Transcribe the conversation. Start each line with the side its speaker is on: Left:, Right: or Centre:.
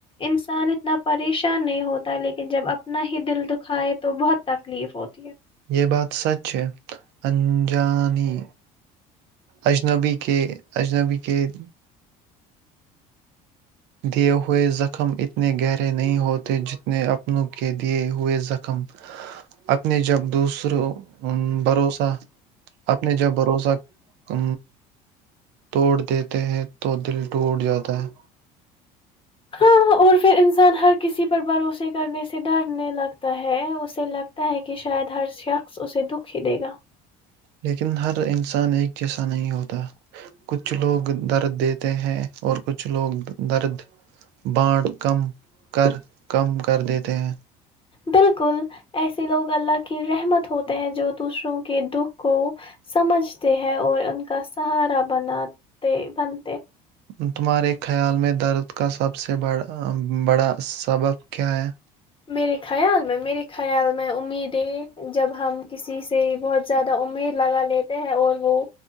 Left: انسان اتنا پریشان نہیں ہوتا لیکن جب اپنا ہی دل دکھائے تو بہت تکلیف ہوتا
Right: یہ بات سچ ہے اجانی اجنبی کے اجنبی قید دیے ہوئے زخم اتنے گہرے نہیں ہوتے جتنے اپنوں کے دیے ہوئے زخم اپنے جب دوسروں ا بھروسہ اپنے جب بھروسہ ا توڑ دیتے ہیں تو دل ٹوٹ جاتا ہے
Left: ہاں اور پھر انسان ہر کسی پر بھروسے کرنے سے ڈرنے لگتا ہے اسے لگتا ہے کہ شاید ہر شخص اسے دکھ ہی دے گا
Right: لیکن ہر انسان ایک جیسا نہیں ہوتا کچھ لوگ درد دیتے ہیں اور کچھ لوگ درد بانڑ کم کر کم کر دیتے ہیں
Left: بالکل ایسے لوگ اللہ کی رحمت ہوتے ہیں جو دوسروں کے دکھ کو سمجھتے ہیں اور ان کا سہارا بناتے بن
Right: ہ تمہارے خیال میں درد کا سب سے ب بڑا سبب کیا ہے
Left: میرے خیال میں میرے خیال میں امیدیں جب ہم کسی سے بہت زیادہ امید لگا لیتے ہیں اور وہ